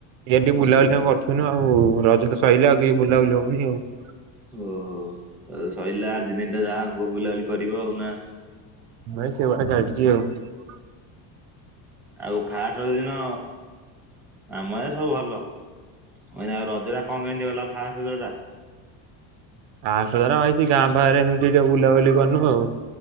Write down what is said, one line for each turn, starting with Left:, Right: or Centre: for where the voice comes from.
Right: ଇଆଡ଼େ ଟିକେ, ବୁଲାବୁଲି କରୁଥିଲୁ ୲ ଆଉ ରଜ ତ ସରିଲା ୲ ଆଉ ବୁଲାବୁଲି, ହଉନି ଆଉ ୲
Centre: ଓହୋ, ଆଉ ସରିଲା ୲ଆଜି ଦିନଟା ଯାହା, ହ ବୁଲାବୁଲି କରିବ, ଆଉ ନା
Right: ଭାଇ, ସେଇଭଳିଆ ଚାଲିଛି, ଆଉ ୲
Centre: ଆଉ, ଫାଷ୍ଟ ରଜ ଦିନ, ଆମ ଏ ସବୁ, ଭଲ ୲ ଆଉ ରଜଟା କଣ କେମିତି ଗଲା ଫାଷ୍ଟଜ ଟା
Right: ଆସଧର ଭାଇଛି ଗାଁ ପାଖରେ ଏମିତି ଟିକେ ବୁଲାବୁଲି କରନୁ ଆଉ